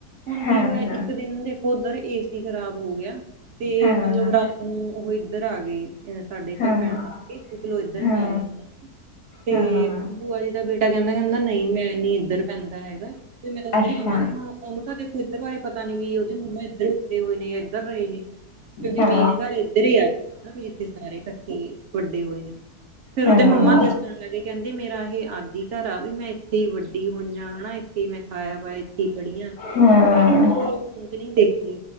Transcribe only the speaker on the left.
ਹਾਂ
ਹਾਂ
ਹਾਂ
ਹਾਂ
ਹਾਂ
ਹਾਂ
ਅੱਛਾ
ਹਾਂ
ਹਾਂ
ਹਾਂ।